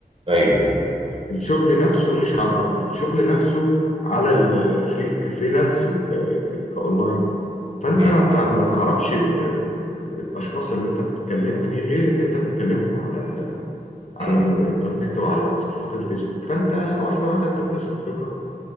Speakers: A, on the right (about 35°); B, on the left (about 45°).
A: ايوه أيوة.
B: الشغل نفسه مش على الارض الشغل نفسه على الفري كفريلانس وكاونلاين فانت
A: مم.
B: ما بتع- ما تعرفش ال- ال- الاشخاص اللي انت بتكلمها دي غير ان انت بتكلمهم على ال... على
A: مم.
B: الانترنت وعلى صفحات الفيسبوك فانت واحده واحده بتكتسب خبره